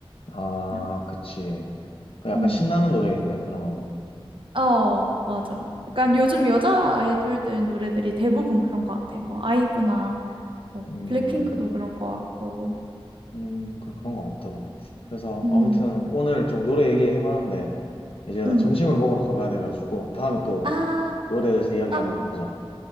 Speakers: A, on the left; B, on the right.
A: 아,
B: 그냥,
A: 그치. 그 약간
B: 음.
A: 신나는 노래겠네, 그런 거는.
B: 어, 맞아. 약간 요즘 여자 아이돌들 노래들이 대부분 그런 것 같아. 뭐, 아이브나, 뭐,
A: 음,
B: 블랙핑크도 그런 것 같고.
A: 음, 그, 그런 거 같더라. 그래서
B: 음,
A: 아무튼 오늘 좀 노래 얘기해봤는데, 이제 나
B: 음.
A: 점심을 먹으러 가봐야 돼가지고, 다음에 또
B: 아,
A: 노래에 대해서 이야기
B: 아,
A: 한번 해보자.